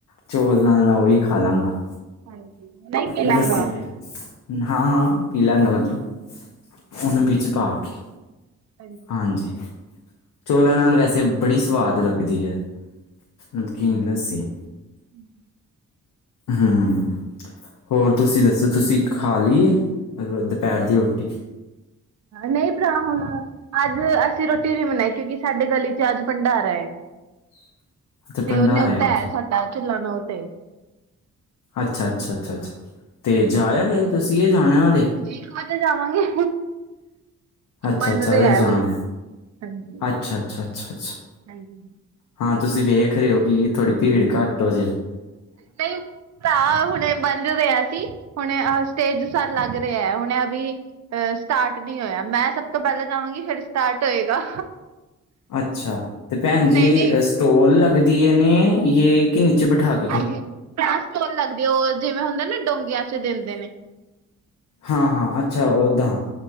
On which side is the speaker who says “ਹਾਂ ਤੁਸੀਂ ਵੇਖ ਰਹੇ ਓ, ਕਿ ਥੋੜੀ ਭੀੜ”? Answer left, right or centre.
Left